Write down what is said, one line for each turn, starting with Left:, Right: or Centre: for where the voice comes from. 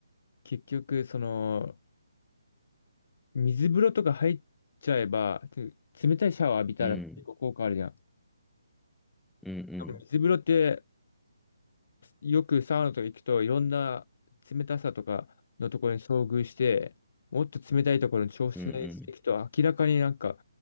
Left: 結局、その、水風呂とか入っちゃえば、つ冷たいシャワー浴びたら結構効果あるじゃん。
Centre: うん、うん、うん、
Left: でも水風呂って、よくサウナとか行くといろんな冷たさとかのところに遭遇して、もっと冷たいところに調整していくと明らかになんか
Centre: うん、